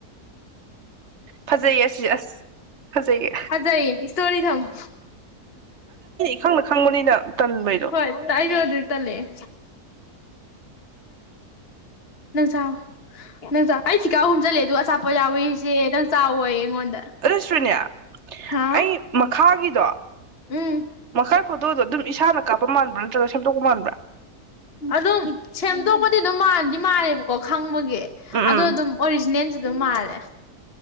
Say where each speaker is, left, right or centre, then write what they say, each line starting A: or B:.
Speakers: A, on the right (about 50°); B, on the left (about 40°).
A: ꯐꯖꯩꯌꯦ ꯑꯁꯤ ꯑꯁ ꯐꯖꯩꯌꯦ
B: ꯍꯖꯩ ꯏꯁꯇꯣꯔꯤ ꯊꯝꯃꯨ
A: ꯈꯪꯅ ꯈꯪꯕꯅꯤꯅ ꯇꯟꯕꯩꯗꯣ
B: ꯍꯣꯏ ꯑꯩꯁꯨ ꯑꯗꯨꯗ ꯇꯜꯂꯦꯑ‌ꯦ ꯅꯪꯆꯥꯔ‌ꫭ ꯅꯪ ꯆꯥꯎ ꯑꯩ ꯐꯤꯈꯥꯎ ꯍꯨꯝꯖꯤꯜꯂꯦ ꯑꯗꯨꯒ ꯑꯁꯥꯄꫭꯠ ꯌꯥꯎꯋꯦꯁꯦ ꯅꯪ ꯆꯥꯎꯋꯌ‌ꯦ ꯑꯩꯉꯣꯟꯗ
A: ꯑꯗꯨꯗ <unintelligible> ꯁꯔꯤꯅꯦ
B: ꯍꯥ
A: ꯑꯩ ꯃꯈꯥꯒꯤꯗꯣ
B: ꯎꯝ
A: ꯃꯈꯥꯏ ꯑꯗꯨꯗꯣ ꯑꯗꯨꯝ ꯏꯁꯥꯅ ꯀꯥꯞꯄ ꯃꯥꯟꯕꯔꯥ ꯅꯠꯇ꯭ꯔꯒ ꯁꯦꯝꯗꯣꯛꯄ ꯃꯥꯟꯕ꯭ꯔꯥ
B: ꯑꯗꯨꯝ ꯁꯦꯝꯗꯣꯛꯄꯗꯤ ꯑꯗꯨꯝ ꯃꯥꯟꯗꯤ ꯃꯥꯜꯂꯦꯕꯀꯣ ꯈꯪꯕꯒꯤ
A: ꯎꯝ
B: ꯑꯗꯣ ꯑꯗꯨꯝ ꯑꯣꯔꯤꯖꯤꯅꯦꯜ ꯑꯗꯨꯝ ꯃꯥꯂꯦ